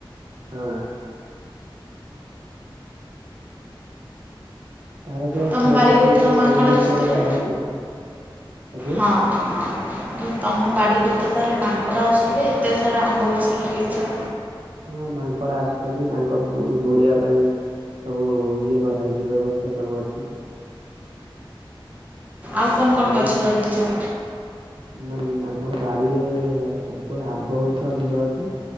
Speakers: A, on the right; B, on the right.
A: ହଁ। ତାର ତ
B: ତମ
A: ସ୍ଵର
B: ବାରିକୁ
A: ସେଇନାଇ
B: ତ ମାଙ୍କଡ଼
A: କୋଇଲି ସ୍ବର
B: ଆସୁଥିବେ
A: କୁହାଇଛି ଆଉ। ଆଜ୍ଞା
B: ହଁ, ହଁ। ତମ ବାଡ଼ିକୁ ତ ତାହେଲେ ମାଙ୍କଡ଼ ଆସୁଥିବେ? ଏତେ ସାରା ଆମ୍ବ ଗଛ ଲଗେଇଚ।
A: ହଁ, ମାଙ୍କଡ ଆସୁଛନ୍ତି। ତାଙ୍କ ଗୋଡେଇବା ପାଇଁ ସବୁ ଇଏ କରାହେଇଛି, ବ୍ୟବସ୍ଥା ସବୁ ଅଛି।
B: ଆଉ କଣ କଣ
A: ଜାଣିଥିଲି
B: ଗଛ ଲଗେଇଚ?
A: ମାନେ ଆମ ବାଡିରେ-ଏ କେବଳ ଆମ୍ବ ଗଛ ଅଧିକ ଅଛି।